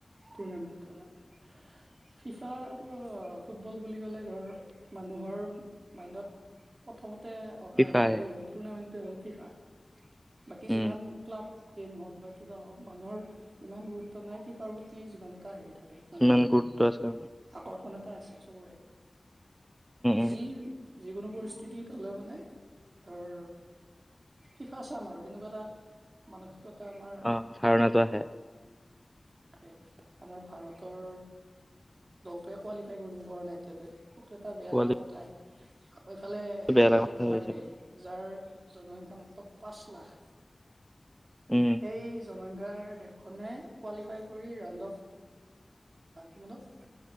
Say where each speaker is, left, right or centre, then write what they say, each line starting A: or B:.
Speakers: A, on the right (about 75°); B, on the right (about 20°).
A: টৰ্ণামেণ্ট টৰ্ণামেণ্ট <unintelligible> ফিফাটো ফুটবল বুলি ক'লে ধৰ মানুহৰ মাইণ্ডত প্ৰথমত অহা
B: ফিফাই
A: হেৰিটয়ে হ'ল টুৰ্ণামেণ্টে হ'ল ফিফা বাকী যিমান
B: উম
A: ক্লাব গেম হওক বা কিবা হওক মানুহৰ ইমান গুৰুত্ব নাই ফিফাৰ প্ৰতি যিমান এটা হেৰি থ থাকে মানুহৰ
B: কিমান গুৰুত্ব আছে উম
A: আকৰ্ষণ এ আছে চবৰে
B: উম
A: যি যিকোনো পৰিস্থিতিত হ'লেও মানে ধৰ ফিফা চাম আৰু সেনেকুৱা এটা মানসিকতা আমাৰ
B: অ ধাৰণাটো আহে।
A: তাকে আমাৰ ভাৰতৰ দলটোৱে কোৱালিফাই কৰিব পৰা নাই এতিয়ালৈ সেইটো এটা বেয়া
B: কোৱালি
A: লগা কথাই এইফালে
B: বেয়া কথা
A: কেব
B: হৈছে
A: ভাৰ্ডে যাৰ জনসংখ্যা মাত্ৰ পাঁচ লাখ,।
B: উম
A: সেই জনসংখ্যা দেশখনে কোৱালিফাই, কৰি ৰাউণ্ড অফ কিমানত